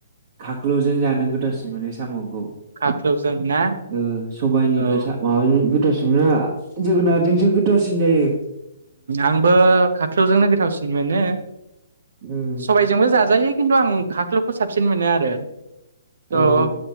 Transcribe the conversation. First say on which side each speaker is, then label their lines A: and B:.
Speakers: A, on the right (about 40°); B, on the right (about 75°).
A: खाख्लुजों जानो गोथावसिन मोनो साम'। उम
B: खाख्लौजों ना
A: सबायनिफ्राय
B: औ
A: ओ माबाजों जोगोनारजोंसो गोथावसिन जायो।
B: आंबो खाख्लौजोंनो गोथावसिन मोनो
A: उम
B: सबायजोंबो जाजायो। खिन्थु आं खाख्लौखौ साबसिन मोनो आरो अ
A: औ